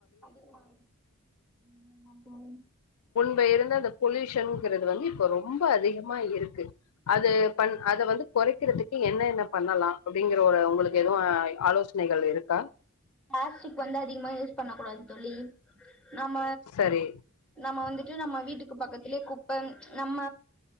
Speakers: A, in the centre; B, on the left (about 80°).
A: அதிகமாயிடுச் உம்
B: இப்ப இருந்த அந்த பொல்யூஷன்ங்கிறது வந்து இப்ப ரொம்ப அதிகமா இருக்கு அது பண் அத வந்து கொறைக்கிறதுக்கு என்ன என்ன பண்ணலா அப்டிங்கற ஒரு உங்களுக்கு எதுவு ஆலோசனைகள் இருக்கா
A: பிளாஸ்டிக் வந்து அதிகமா யூஸ் பண்ண கூடாது தோழி நாம
B: சரி
A: நம்ம வந்து நம்ம வீட்டுக்கு பக்கத்திலே குப்ப நம்ம